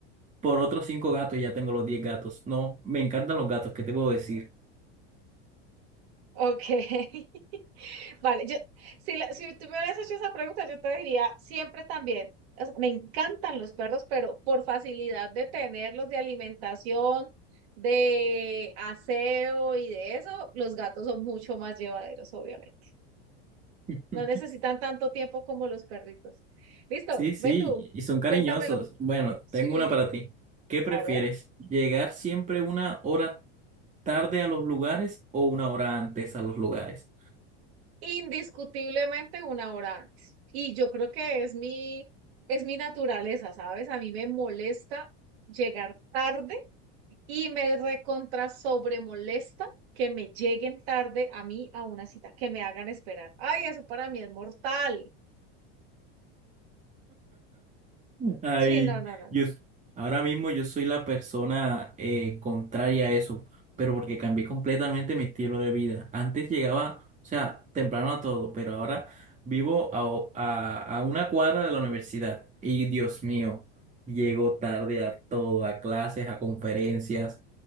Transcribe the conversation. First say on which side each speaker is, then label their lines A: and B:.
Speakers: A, on the right; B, on the right.
A: por otros cinco gatos y ya tengo los diez gatos. No, me encantan los gatos, ¿qué te puedo decir?
B: Ok. <laughs> Vale, yo, si, la- si tú me hubieras hecho esa pregunta, yo te diría siempre también. o sea, me encantan los perros, pero por facilidad de tenerlos, de alimentación, de aseo y de eso, los gatos son mucho más llevaderos, obviamente.
A: <laughs>
B: No necesitan tanto tiempo como los perritos. Listo,
A: Sí, sí,
B: ve tú,
A: y son cariñosos.
B: cuéntamelo.
A: Bueno,
B: Sí,
A: tengo una para ti. ¿Qué prefieres?
B: a ver.
A: ¿Llegar siempre una hora tarde a los lugares o una hora antes a los lugares?
B: indiscutiblemente una hora antes. Y yo creo que es mi, es mi naturaleza, ¿sabes? A mí me molesta llegar tarde y me recontra sobre molesta que me lleguen tarde a mí a una cita, que me hagan esperar. Ay, eso para mí es mortal.
A: Ay,
B: Sí, no, no, no.
A: yo s- ahora mismo yo soy la persona eh, contraria a eso, pero porque cambié completamente mi estilo de vida. Antes llegaba, o sea, temprano a todo, pero ahora vivo a, o- a, a una cuadra de la universidad. Y Dios mío, llego tarde a todo, a clases, a conferencias,